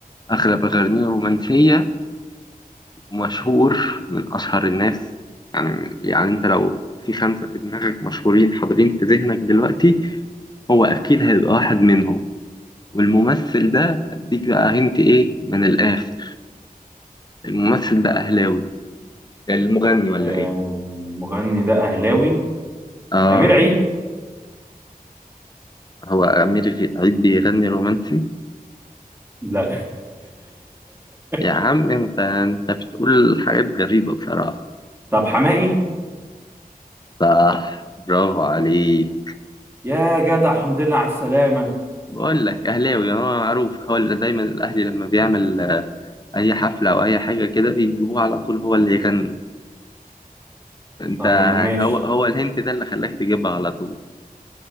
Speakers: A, on the left; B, on the right.
A: اغلب اغانيه رومانسيه ومشهور من اشهر الناس يعني يعني انت لو في خمسه في دماغك مشهورين حاضرين في ذهنك دلوقتي هو اكيد هيبقى واحد منهم والممثل ده اديك بقى هنت ايه من الاخر الممثل ده اهلاوي المغني ولا
B: آه،
A: ايه
B: المغني ده أهلاوي
A: اه
B: أمير عيد
A: هو أمير غ- عيد بيغني رومانسي
B: لا
A: يا عم
B: <laughs>
A: أنت أنت بتقول حاجات غريبة بصراحة
B: طب حماقي
A: صح برافو عليك
B: يا جدع الحمد لله على السلامة
A: بقول لك أهلاوي هو معروف هو اللي دايما الأهلي لما بيعمل آه، أي حفلة أو أي حاجة كده بيجيبوه على طول هو اللي يغني أنت
B: طيب ماشي
A: هو هو الهنت ده اللي خلاك تجيبها على طول